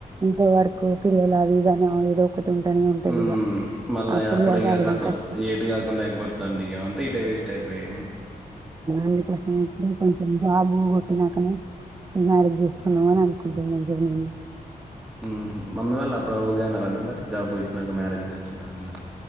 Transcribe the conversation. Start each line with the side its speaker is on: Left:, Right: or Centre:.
Right: ఇంట్లో వర్క్ పిల్లలు అవి ఇవి అని ఏదో ఒకటి ఉంటనే ఉంటది
Centre: హ్మ్
Right: ఇగ
Centre: మళ్ల
Right: అప్పుడు
Centre: అప్పుడ ఇగ
Right: చదవడం
Centre: కతామ్
Right: కష్టం
Centre: ఇగ ఏటు కాకుండా అయిపోతండి ఇగ అంతా ఇటే వేస్ స్ట్ ఐపాయ్ ఎం ఉన్
Right: అందుకోసమే ఇప్పుడే కొంచెం జబూ బు కొట్టినాకనే మ్యారేజ్ చేసుకుందాం అని అనుకుంటున్నా జనీని
Centre: ఉహు మ్ మమ్మీ వాళ్ళు అప్పుడు ఒకే అన్నరండి మరి జాబ్ చేసినంక మ్యారేజ్ చేసుకుంట అట్లా